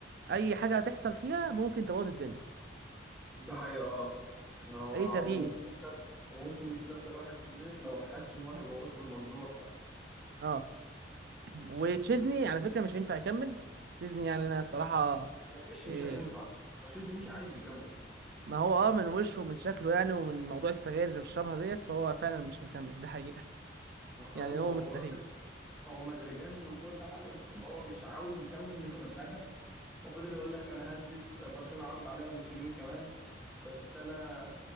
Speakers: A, on the right (about 55°); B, in the centre.
A: اي حاجه هتحصل فيها ممكن تبوظ الدنيا
B: ده حقيقة اه هو
A: اي تغيير
B: وممكن يستبدل وممكن يستبدل واحد في مينت لو حس ان هو هيبوظ له المنظومة بتاعته
A: اه <clears throat> وتشيزني على فكره مش هينفع يكمل تشيزني يعني انا الصراحه
B: هو مش
A: آه،
B: مش هينفع هو شيزني مش عايز يكمل
A: ما هو اه من وشه ومن شكله يعني ومن موضوع السجاير اللي بيشربها ديت فهو فعلا مش هيكمل ده حقيقة <laughs>
B: هو فاهم
A: يعني هو
B: هو
A: مستحيل
B: هو الراجل هو مزاجنجي وكل حاجة بس هو مش عاوز يكمل مش عشان حاجة وفضل يقول لك انا هدرس برشلونه عرض عليا موسمين كمان بس انا